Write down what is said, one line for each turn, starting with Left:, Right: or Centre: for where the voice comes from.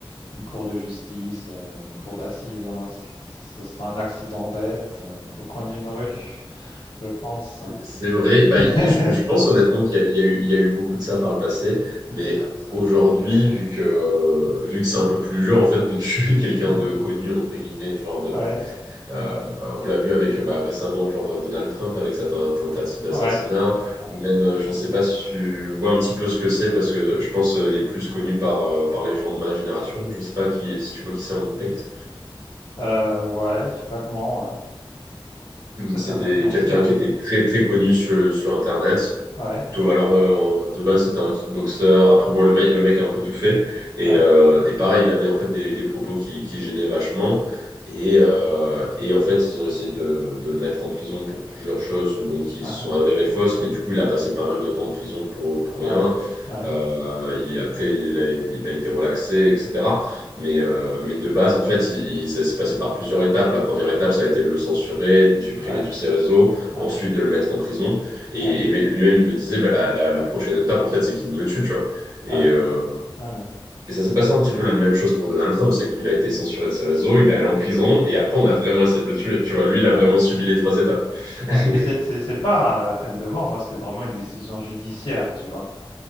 Left: une cour de justice, euh, une cour d'assises, hein. C- Ce sera un accident bête euh, au coin d'une rue, je pense.
Right: C'est vrai, bah,
Left: <laughs>
Right: il- je, je pense honnêtement qu'il y a, il y a eu, il y a eu beaucoup de ça par le passé, mais
Left: Ah ouais, ça
Right: aujourd'hui,
Left: arrive.
Right: vu que, vu que c'est un peu plus dur en fait de tuer <laughs> quelqu'un
Left: Ouais.
Right: de connu, entre guillemets, genre de,
Left: <laughs> ouais,
Right: Euh, on l'a vu avec bah, récemment, genre Donald Trump avec sa ten- tentative d'assassinat,
Left: ouais. Oh,
Right: ou
Left: il
Right: même,
Left: a de
Right: euh,
Left: la chance.
Right: je sais pas
Left: hein.
Right: si tu vois un petit peu ce que c'est, parce que je pense euh, les plus connus par, euh, par les gens de ma génération. Je sais pas qui, si tu vois qui c'est Andrew Tate.
Left: Euh, ouais, je sais pas comment, ouais.
Right: Donc,
Left: Ça, c'est
Right: C'était
Left: un influenceur.
Right: quelqu'un qui était très très connu sur, sur Internet,
Left: Ouais,
Right: Toi, alors, euh, de base, c'était un kickboxer. Après, bon, le mec, le mec a un peu tout fait. Et,
Left: ouais,
Right: euh, et pareil, il avait en fait des, des propos qui, qui gênaient vachement. Et, euh, et en fait, ils ont essayé de, de le mettre en prison pour plusieurs choses bon, qui
Left: aha,
Right: se sont avérées fausses. Mais du coup, il a passé pas mal de temps en prison pour, pour
Left: ouais,
Right: rien.
Left: ouais,
Right: Euh, il- après, il a, il a été relaxé, etc. Mais, euh, mais de base, en fait, il, il- ça s'est passé par plusieurs étapes. La première étape, ça a été de le censurer, de lui supprimer
Left: ouais,
Right: tous ses réseaux,
Left: ouais,
Right: ensuite de le mettre en prison. Et,
Left: ouais,
Right: et lui-même, il me disait, bah, la, la, la prochaine étape, en fait, c'est qu'il me tue, tu vois. Et,
Left: ouais,
Right: euh,
Left: ouais,
Right: et ça s'est passé un petit peu la même chose pour Donald Trump, c'est qu'il a été censuré de ses réseaux, il est allé en prison, et après,
Left: mhm,
Right: on a vraiment essayé de le tuer, tu vois. Lui, il a
Left: ouais,
Right: vraiment subi les trois étapes. <laughs>
Left: ouais. Mais c'est c'est- c'est pas la peine de mort, moi, c'est vraiment une décision judiciaire, tu vois.